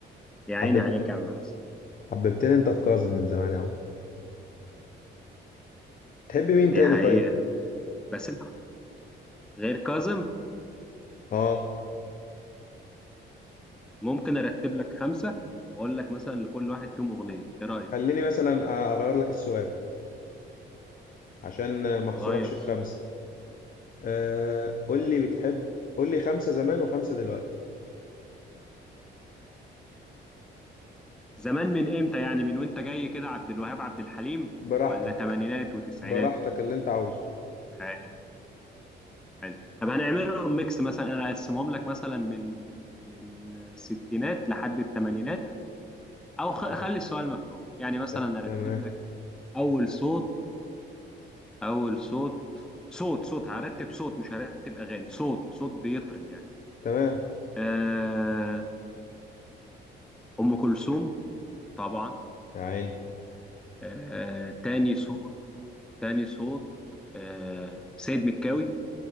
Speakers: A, in the centre; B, on the left.
A: يا
B: حبب
A: عيني عليك يا عم حسن
B: حببتني انت في كاظم من زمان يا عمرو تحب مين
A: دي
B: تاني
A: حقيقة
B: طيب
A: بس انت غير كاظم
B: اه
A: ممكن ارتب لك خمسه واقول لك مثلا لكل واحد فيهم اغنيه ايه رايك
B: خليني مثلا أ- اغير لك السؤال عشان ما احصركش
A: غير السؤال
B: في خمسه آه قول لي بتحب قول لي خمسه زمان وخمسه دلوقتي
A: زمان من امتى يعني من وانت جاي كده عبد الوهاب عبد الحليم
B: براحتك
A: ولا تمانينات وتسعينات
B: براحتك اللي انت عاوزه
A: حلو حلو طب هنعملهم ميكس مثلا انا اقسمهم لك مثلا من من الستينات لحد الثمانينات او خ-
B: ت-
A: خلي السؤال مفتوح يعني مثلا
B: ت-
A: ارتب
B: تمام
A: لك اول صوت اول صوت صوت صوت هرتب صوت مش هرتب اغاني صوت صوت بيطرب يعني
B: تمام
A: آه ام كلثوم طبعا
B: يا عيني
A: آه تاني صوت تاني صوت آه سيد مكاوي